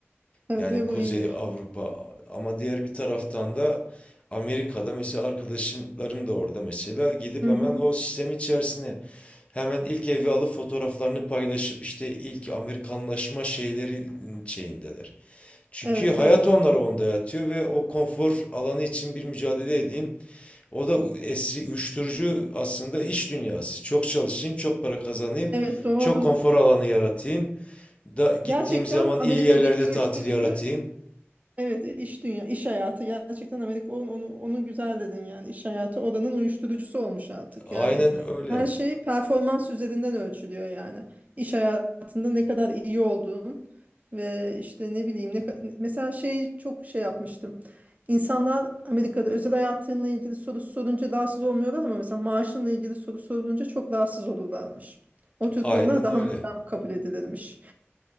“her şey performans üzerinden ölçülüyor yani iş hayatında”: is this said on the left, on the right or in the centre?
Right